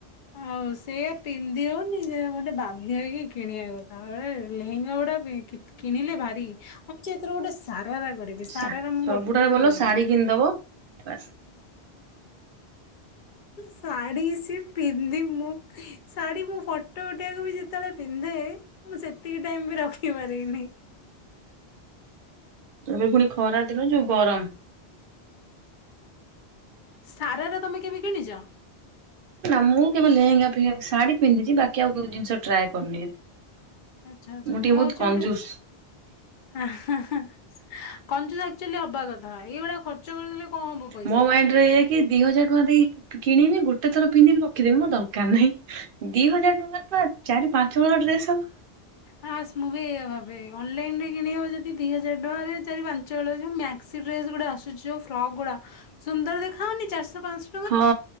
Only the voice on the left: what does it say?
ଆଉ ସେଇଆ ପିନ୍ଧି ହଉନି ଯେ ଗୋଟେ ବାଧ୍ୟ ହେଇକି କିଣିବା କଥା ଲେହେଙ୍ଗା ଗୁଡା ପି କି-କିଣିଲେ ଭାରି ମୁଁ ଭାବୁଚି ଏଥର ଗୋଟେ ସାରାରା କରିବି। ସାରାରା
ମୁଁ
ଗୋଟେ ବି
କରିନି।
ଶାଢୀ ସିଏ ପିନ୍ଧି ମୁଁ ଶାଢ଼ୀ ମୁଁ ଫଟୋ ଉଠାଇବାକୁ ବି ଯେତେବେଳେ ପିନ୍ଧେ ମୁଁ ସେତିକି ଟାଇମ୍ ବି ରଖି ପାରିବିନି।
ସାରାରା ତମେ କେବେ କିଣିଚ?
ଆଚ୍ଛା- ଆଚ୍ଛା
ମୁଁ
ଯଉଟା
ଆଁ-ହାଁ-ହାଁ। କଞ୍ଜୁସ୍ ଆକ୍ଟୁଆଲି ହବା କଥା ଏଇଭଳିଆ ଖର୍ଚ୍ଚ କରିଦେଲେ କଣ ହବ ପଇସା।
ହାସ୍ ମୁଁ ବି ଏଇଆ ଭାବେ ଅନଲାଇନ୍ ରେ କିଣିଦବ ଯଦି ଦି ହଜାରେ ଟଙ୍କାରେ ଚାରି ପାଞ୍ଚ ହଳ ଯଉ ମ୍ୟା ସିଡ୍ରେସ ଗୁଡା ଆସୁଚି ଯଉ ଫ୍ରକ୍ ଗୁଡା ସୁନ୍ଦର୍ ଦେଖା ଯାଉନି ଚାରିଶ ପାଆଁସ